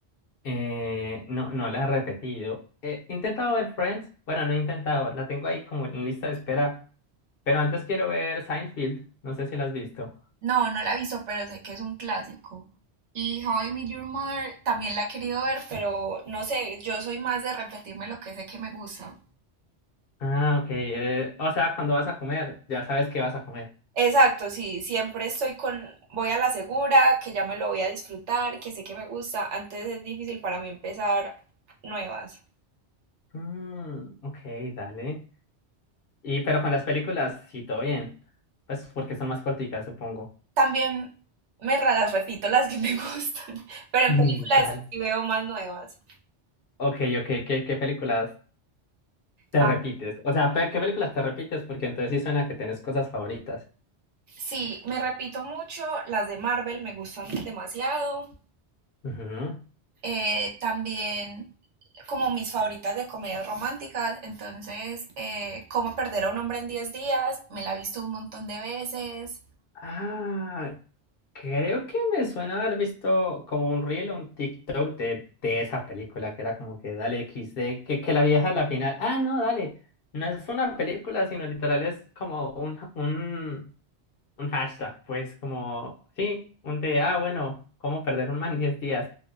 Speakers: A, on the left; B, on the right.
A: Eh, no, no la he repetido. Eh, he intentado ver Friends, bueno, no he intentado, la tengo ahí como en lista de espera, pero antes quiero ver Seinfeld, no sé si la has visto.
B: No, no la he visto, pero sé que es un clásico. Y How I Met Your Mother también la he querido ver, pero no sé, yo soy más de repetirme lo que sé que me gusta.
A: Ah, ok, eh, o sea, cuando vas a comer, ya sabes qué vas a comer.
B: Exacto, sí, siempre estoy con, voy a la segura, que ya me lo voy a disfrutar, que sé que me gusta. Antes es difícil para mí empezar nuevas.
A: Mm, ok, dale. Y pero con las películas, sí, todo bien. Pues porque son más corticas, supongo.
B: También me ra- las repito las que me <laughs> gustan, pero
A: <laughs>
B: en películas
A: Mm, Tal.
B: sí veo más nuevas.
A: Ok, ok, ¿qué, qué películas te
B: Ah,
A: repites? O sea, pe- ¿qué películas te repites? Porque entonces sí suena que tienes cosas favoritas.
B: sí, me repito mucho, las de Marvel me gustan demasiado.
A: Ujú.
B: eh, también como mis favoritas de comedias románticas, entonces eh, Cómo perder a un hombre en diez días, me la he visto un montón de veces.
A: Ah, creo que me suena haber visto como un reel o un TikTok de, de esa película que era como que dale XD, que, que la vieja a la final. Ah, no, dale. No es una película, sino literal es como un, un, Un hashtag, pues como, sí, un de, ah, bueno, ¿cómo perder un man en 10 días?